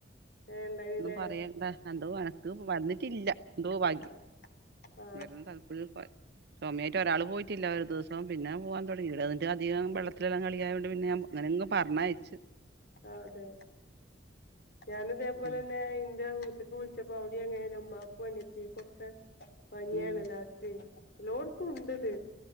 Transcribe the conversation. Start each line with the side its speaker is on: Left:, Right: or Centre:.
Left: ഏ ഇണ്ടായിനില്ലേ
Right: ഒന്നും പറയണ്ട അ അത വനക്ക് വന്നിട്ടില്ല ന്തോ ഭാഗ്യം
Left: ആ ആ
Right: വ താല്പുര് പോ സമയ മറ്റ ഒരാൾ പോയിട്ടില്ല ഒരു ദിവം പിന്നെ പോവാാൻ തുടങ്ങി ഇവിടെന്നി് അധികം വെള്ളത്തിലെല്ലാം കളിയായണ്ട് പിെ അങ്ങനങ്കും പറഞ്ഞയച്ചച്ച്
Left: ആ അതെ ഞാാന ഇതേപോലെ
Right: ഉം
Left: തന്നെ ഇന്റെ ട്ക്ക് വിൾച്ചപ്പപ്പോ അവിടിം അങ്ങനെന്നെ ഉമ്മാക്കും അനിയത്തിയേക്കാെക്കെ പനിയാണെല്ലാര്ക്കെ
Right: ഉം
Left: എല്ലോട്ത്തുണ്ട്ത്